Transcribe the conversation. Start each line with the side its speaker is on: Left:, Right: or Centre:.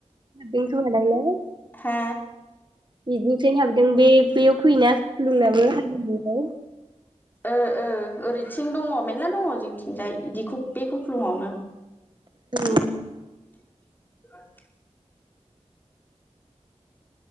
Right: बेनो खोमादां ने?
Left: हा
Right: बिदिनिफ्रायनो हाबदों बे बेयाव फैयोना खुखलुंनाबो <unintelligible>
Left: ओ ओ ओरैथिं दङ मेरला दङ जोंथिंजाय इदिखु बे खुख्लुंआवनो उम
Right: औ
Left: ।